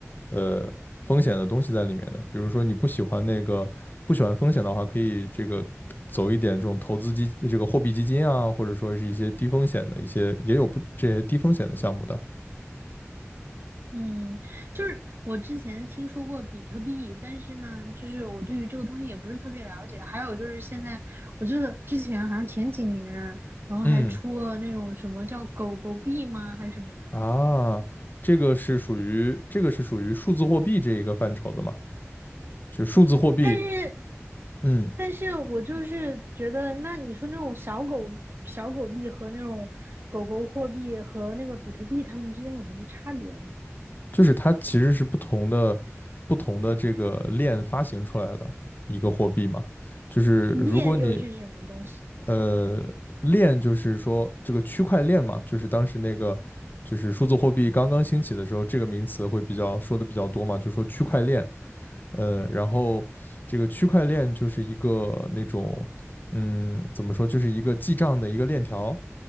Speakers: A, on the left; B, on the right.
A: 呃风险的东西在里面的。比如说你不喜欢那个不喜欢风险的话，可以这个走一点这种投资基这个货币基金啊，或者说是一些低风险的一些也有不这些低风险的项目的。
B: 嗯，就是我之前听说过比特币，但是呢，就是我对于这个东西也不是特别了解。还有就是现在，我记得之前好像前几年，然后还出了那种什么叫狗狗币吗，
A: 嗯
B: 还是什么的。
A: 啊，这个是属于这个是属于数字货币这一个范畴的嘛？就是数字货币，
B: 但是，
A: 嗯，
B: 但是我就是觉得，那你说那种小狗小狗币和那种狗狗货币和那个比特币，它们之间有什么差别呢？
A: 就是它其实是不同的不同的这个链发行出来的一个货币嘛。就是如果你
B: 链又是什么东西？
A: 呃，链就是说这个区块链嘛，就是当时那个就是数字货币刚刚兴起的时候，这个名词会比较说的比较多嘛，就说区块链。呃，然后这个区块链就是一个那种，嗯，怎么说，就是一个记账的一个链条。